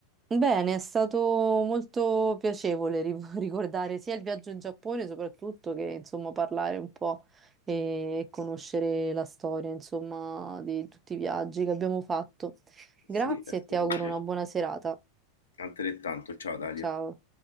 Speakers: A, on the right (about 20°); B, on the left (about 70°).
A: Bene, è stato molto piacevole ri- <laughs> ricordare sia il viaggio in Giappone, soprattutto che insomma parlare un po' e, e conoscere la storia, insomma, di tutti i viaggi che abbiamo fatto. Grazie
B: Sì, è stato
A: e ti auguro
B: un piacere.
A: una buona serata.
B: Altrettanto, ciao Dalia.
A: Ciao.